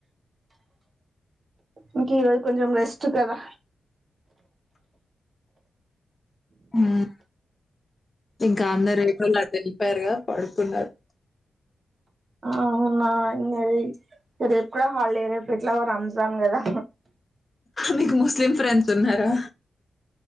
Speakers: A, on the right; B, on the left.
A: ఇంక ఈరోజు కొంచెం రెస్ట్ కదా
B: హ్మ్. ఇంకా అందరూ ఎటోలట్టు ఎల్లీపోయారుగా పడుకున్నారు.
A: అవునా ఇంగది రేప్ కూడ హాలిడే రేపు ఎట్లాగో రంజాన్ కదా
B: మీకు ముస్లిం ఫ్రెండ్స్ ఉన్నారా?